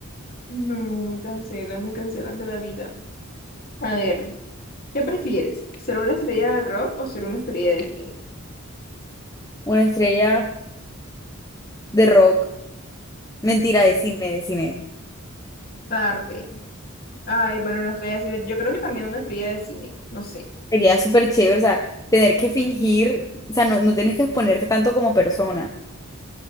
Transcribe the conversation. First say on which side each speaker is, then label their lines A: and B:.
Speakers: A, on the left; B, on the left.
A: no, me cancelan, me cancelan de la vida. A ver, ¿qué prefieres? ¿Ser una estrella de rock o ser una estrella de cine?
B: una estrella de rock. Mentira, de cine, de cine.
A: Tarde. Ay, bueno, una estrella de cine, yo creo que también una estrella de cine, no sé.
B: Sería súper chévere, o sea, tener que fingir, o sea, no, no tienes que exponerte tanto como persona.